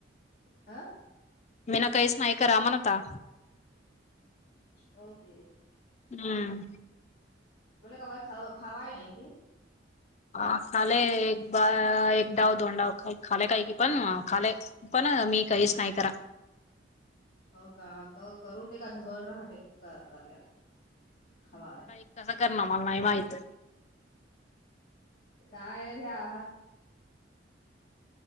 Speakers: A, on the left; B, on the left.
A: अ.
B: मी ना काहीच नाही करा मनता.
A: हो ते
B: हम्म
A: मला का ख खावा नाही की.
B: हा खाले एक बा एक डाव दोन डाव खा खाले काही की पण खाले. पण मी काहीच नाही करा
A: हो का करून दे का धड राहते करल्या हवा.
B: काही कसं करणं मला नाही माहित.
A: <unintelligible> कारल्या